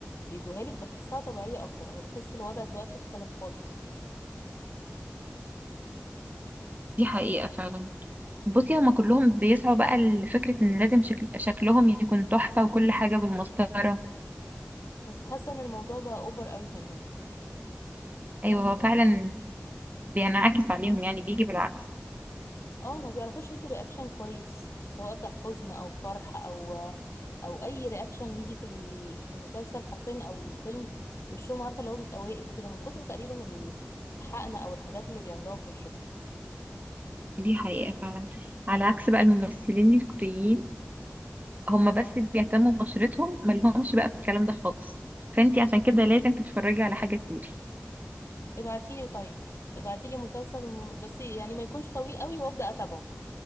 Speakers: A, on the left; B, on the right.
A: بيدوها لك بحسها طبيعية أكتر أنا بحس الوضع دلوقتي اختلف خالص
B: دي حقيقة فعلا بصي هما كلهم بيسعوا بقى لفكرة ان لازم شكل شكلهم يكون تحفة وكل حاجة بالمسطرة
A: بس حاسة إن الموضوع بقى أوفر قوي منهم يعني
B: ايوه هو فعلا بينعكس عليهم يعني بيجي بالعكس
A: اه ما بيعرفوش يدوا رياكشن كويس سواء كان حزن أو فرح أو أو أي رياكشن يجي في ال- في المسلسل حرفيا أو الفيلم وشهم عارفة اللي هو بيبقى واقف كده من كتر تقريبا ال- الحقنة أو الحاجات اللي بيعملوها في
B: دي حقيقة فعلا على عكس بقى الممثلين الكوريين هما بس
A: وشهم
B: بيهتموا ببشرتهم مالهمش بقى في الكلام ده خالص فانتي عشان كده لازم تتفرجي على حاجة كوري
A: ابعتيلي طيب ابعتيلي مسلسل م- بس يعني ما يكونش طويل قوي وابدا اتابعه